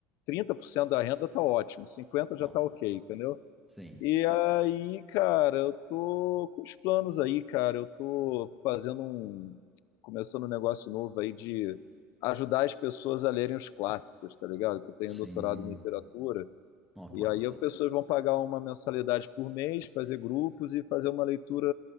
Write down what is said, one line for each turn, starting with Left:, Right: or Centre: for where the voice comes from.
Left: 30% da renda tá ótimo, 50%
Centre: Não.
Left: já tá ok, entendeu?
Centre: Sim.
Left: E aí, cara, eu tô com os planos aí, cara. Eu tô fazendo um. Começando um negócio novo aí de ajudar as pessoas a lerem os clássicos, tá ligado? Que eu tenho
Centre: Sim.
Left: doutorado em literatura.
Centre: Ó,
Left: E
Centre: que massa.
Left: aí as pessoas vão pagar uma mensalidade por mês, fazer grupos e fazer uma leitura,